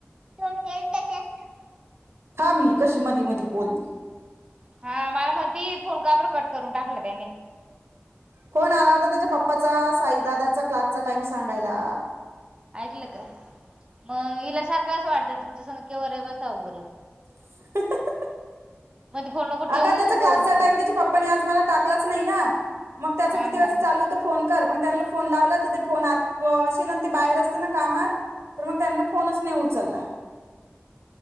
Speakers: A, on the right; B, on the right.
A: दोन गेले त्याच्यात
B: थांम, कशी मधी मधी बोल
A: हा मला म्हणती, फोन का बरं कट करून टाकलं त्यांनी.?
B: फोण आला होता त्याच्या पप्पाचा, साईदाादाचा क्लासचा टाइम सांगायला.
A: ऐकलं का, मग हिला सारखं असं वाटतं तुमच्या सग केवे बसावं बोलत.
B: हंहं
A: मध्ये बोलू नको ठेवू
B: अगं त्याच्या
A: बोल
B: क्लासचा
A: तू
B: टाईम त्या पप्पांनी आज मला टाकलाच नाही ना, मग त्याचा
A: हा
B: किती
A: हा
B: वेळच चालू होतं फोन कर, मग त्या फोन लाव फोन आ असल ना ते बाहेर असते ना कामात, तर मग त्यांना फोनच नाही उचलला.